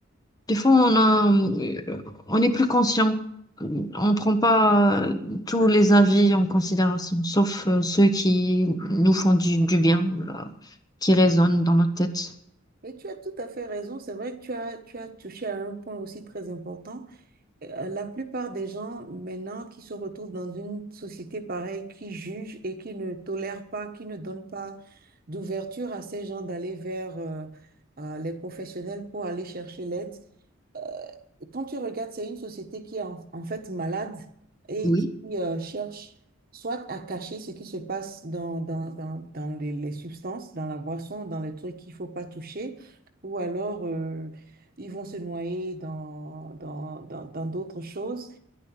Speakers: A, on the left; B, on the right.
A: Des fois, on a, euh, on est plus conscient. On prend pas euh, tous les avis en considération, sauf euh, ceux qui nous font du, du bien, là, qui résonnent dans notre tête.
B: Et tu as tout à fait raison. C'est vrai que tu as, tu as touché à un point aussi très important. Euh, la plupart des gens maintenant qui se retrouvent dans une société pareille, qui jugent et qui ne tolèrent pas, qui ne donnent pas d'ouverture à ces gens d'aller vers euh, euh, les professionnels pour aller chercher l'aide. euh, quand tu regardes, c'est une société qui est en, en fait malade et
A: Oui,
B: qui euh, cherche soit à cacher ce qui se passe dans, dans, dans, dans les, les substances, dans la boisson, dans les trucs qu'il faut pas toucher, ou alors euh, ils vont se noyer dans, dans, dans, dans d'autres choses